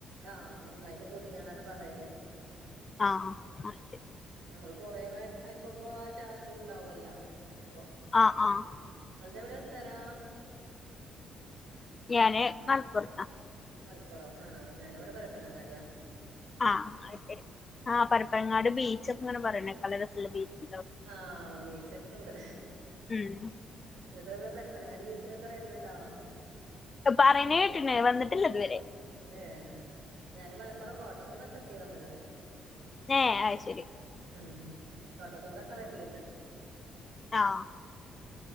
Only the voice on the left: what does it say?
ആഹ്ആഹ്
ആഹ്ആഹ്
ഞാന് മൽപ്പൊർത്ത
ആഹ് അയ്ശെരി ആഹ് പരപ്പങ്ങാട് ബീച്ചക്കെങ്ങനെ പറയണേക്ക ളരസള്ള ബീച്ച്
ഉം
പറിണേട്ട്ണ് വന്നിട്ടില്ലതുവരെ
ന്നെ അയ്ശെരി
ആഹ്